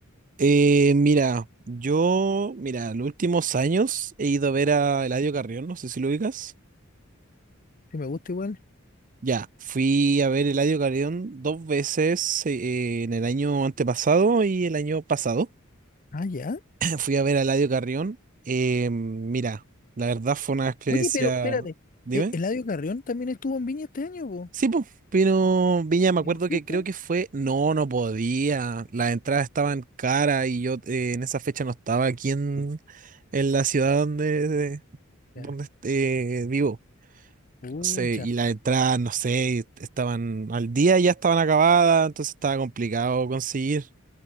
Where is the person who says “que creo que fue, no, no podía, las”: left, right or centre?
Right